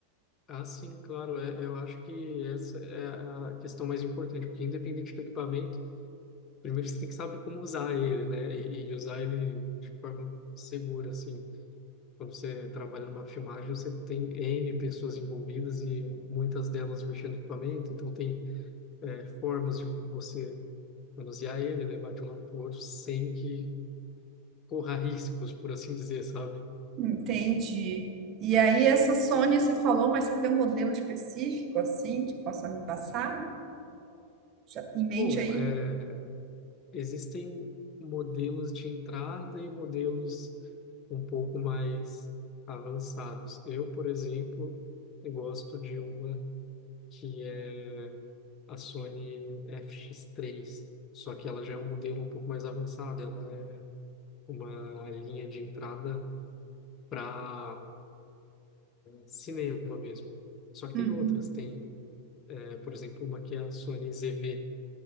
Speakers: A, on the left; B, on the right.
A: Ah, sim, claro. É, eu acho que essa é a questão mais importante, porque independente do equipamento Primeiro você tem que saber como usar ele, né? E, e usar ele de forma segura, assim. Quando você trabalha numa filmagem, você tem N pessoas envolvidas e muitas delas mexendo no equipamento, então tem é, formas de você manusear ele, levar de um lado para o outro sem que corra <laughs> riscos, por assim dizer, sabe?
B: Entendi. E aí, essa Sony você falou, mas você tem um modelo específico assim que possa me passar? Já em mente
A: Bom,
B: aí?
A: é, existem modelos de entrada e modelos um pouco mais avançados. Eu, por exemplo, eu gosto de uma que é a Sony FX3, só que ela já é um modelo um pouco mais avançado, ela é uma linha de entrada para cinema mesmo. Só que
B: Uhum.
A: tem outras, tem, é, por exemplo, uma que é a Sony ZV,